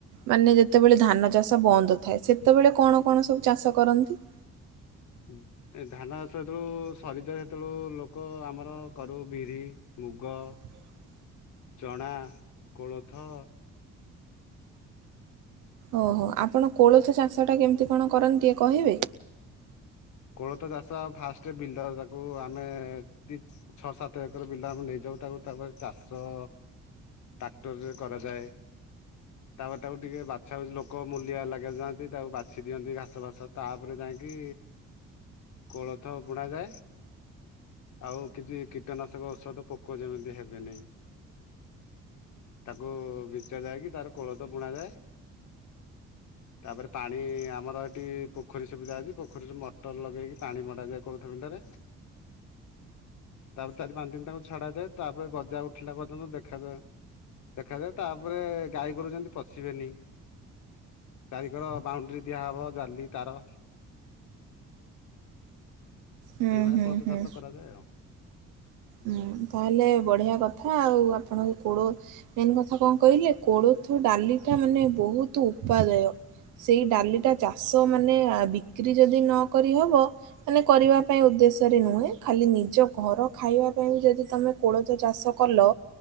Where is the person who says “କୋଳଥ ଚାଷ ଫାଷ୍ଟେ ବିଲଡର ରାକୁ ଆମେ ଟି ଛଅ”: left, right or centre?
Left